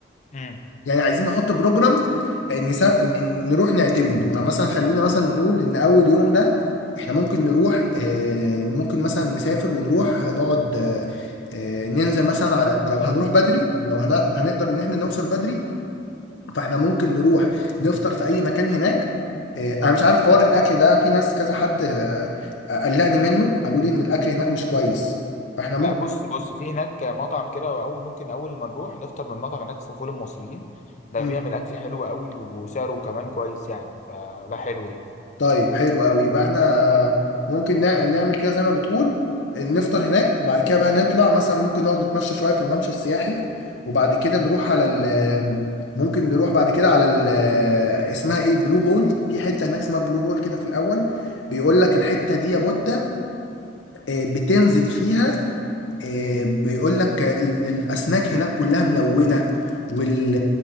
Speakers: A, on the left; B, on the left.
A: امم
B: يعني عايزين نحط بروجرام آه، نسا... ن- ن- نروح نعتمده يعني مثلا خلينا مثلا نقول ان اول يوم ده احنا ممكن نروح آه، ممكن مثلا نسافر ونروح نقعد آه، آه، ننزل مثلا على لو هنروح بدري لو هن... هنقدر ان احنا نوصل بدري فاحنا ممكن نروح نفطر في اي مكان هناك آه، انا مش عارف حوار الاكل ده في ناس كذا حد آه، آه، قلقني منه قالوا لي ان الاكل هناك مش كويس فاحنا
A: لا بص بص في هناك مطعم كده اول ممكن اول ما نروح نفطر من مطعم هناك اسمه فول المصريين ده
B: ممكن
A: بيعمل اكل حلو قوي وسعره كمان كويس يعني فده حلو
B: طيب حلو قوي يبقى احنا ممكن نع- نعمل كده زي ما بتقول نفطر هناك وبعد كده بقى نطلع مثلا ممكن نقعد نتمشى شوية في الممشى السياحي وبعد كده نروح على ال ممكن نروح بعد كده على ال اسمها ايه بلو هول في حتة هناك اسمها بلو هول كده في الأول بيقول لك الحتة دي يا بودة آه، بتنزل فيها آه، بيقول لك ال- الأسماك هناك كلها ملونة وال...